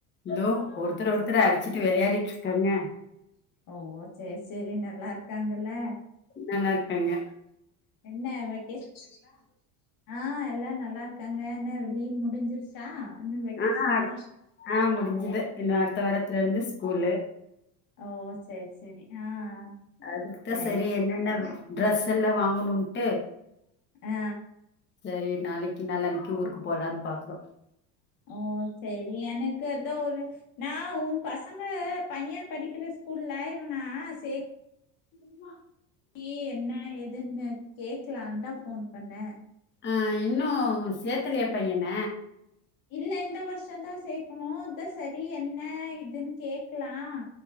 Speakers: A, on the left; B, on the left.
A: இதோ ஒருத்தர் ஒருத்தர் அடிச்சிட்டு வெளையாடிட்டு இருக்காங்க
B: ஓ சேர் சேரி நல்லா இருக்காங்கல்ல
A: நல்லார்க்காங்க
B: என்ன வெக்கேஷ் ஆஹ் எல்லாம் நல்ல நல்லாருக்காங்க என்ன லீவ் முடிஞ்சிருச்சா? இன்னு வெக்கேஷனா
A: ஆஹ் அடு ஆஹ் முடிஞ்சுது இன்னு அடுத்த வாரத்துல இருந்து ஸ்கூல்லு
B: ஓ ச செரி செரி ஆஹ்
A: அதுக்குதா
B: சேரி
A: சரி என்னென்ன ட்ரெஸ் ஸெல்லா வாங்கனுண்ட்டு
B: ஆ
A: சரி நாளைக்கி நாளான்னைக்கி ஊருக்கு போலான் பாக்றோ
B: ஓ செரி எனக்கு த ஒரு நா உம்பசங்க பையே படிக்கிற ஸ்கூல்ல இவனா சே
A: உம்மா
B: கீ என்ன எதுன்னு கேக்கலான்தா ஃபோன் பண்ண
A: ஆஹ் இன்னு சேத்தலையா பையன
B: இல்ல இந்த வருஷ தா சேக்குணு அதிஸ் செரி என்ன இத் துன்னு கேக்கலாம்